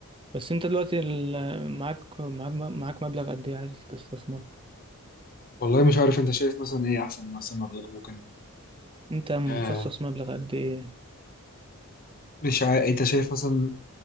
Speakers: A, on the right (about 25°); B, on the left (about 40°).
A: بس انت دلوقتي ال- معاك معاك معاك مبلغ قد ايه عايز تستثمر
B: والله مش عارف انت شايف مثلا ايه احسن مثلا مبلغ ممكن
A: انت مخصص
B: آه
A: مبلغ قد ايه
B: مش عارف انت شايف مثلا